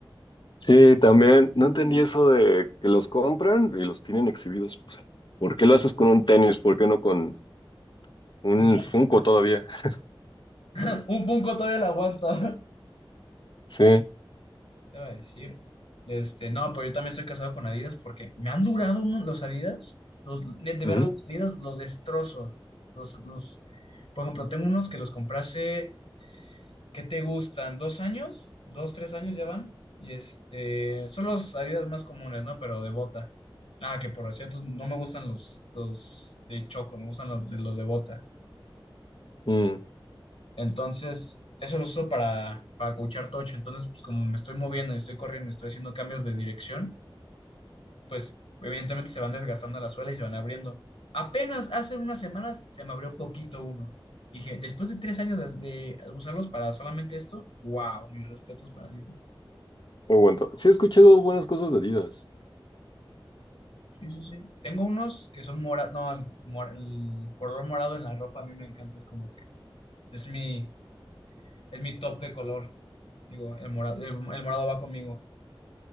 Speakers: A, on the left (about 60°); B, on the left (about 80°).
A: Sí, también. No entendí eso de que los compran y los tienen exhibidos. Pues, ¿por qué lo haces con un tenis? ¿Por qué no con un
B: Un,
A: Funko todavía? <laughs>
B: <laughs> un Funko todavía lo aguanta. <laughs>
A: Sí.
B: Te iba a decir. Este, no, pero yo también estoy casado con Adidas porque me han durado unos- los Adidas. Los, de
A: Ujú.
B: ver los Adidas los destrozo. Los, los, por ejemplo, tengo unos que los compré hace ¿Qué te gustan? ¿Dos años? ¿Dos, tres años ya van? Y este, son los Adidas más comunes, ¿no? Pero de bota. Ah, que por cierto, no me gustan los, los de choclo, me gustan los, de- los de bota.
A: Mm,
B: Entonces, eso lo uso para, para coachar tocho. Entonces, pues como me estoy moviendo y estoy corriendo y estoy haciendo cambios de dirección, pues evidentemente se van desgastando la suela y se van abriendo. Apenas hace unas semanas se me abrió poquito uno. Dije, después de tres años de, de usarlos para solamente esto, wow, mis respetos para Adidas.
A: no aguanto. Sí, he escuchado buenas cosas de Adidas.
B: Sí, sí, sí. Tengo unos que son morados, no, el, mor- el color morado en la ropa a mí me encanta, es como que es mi, es mi top de color. Digo, el morado, el, el morado va conmigo.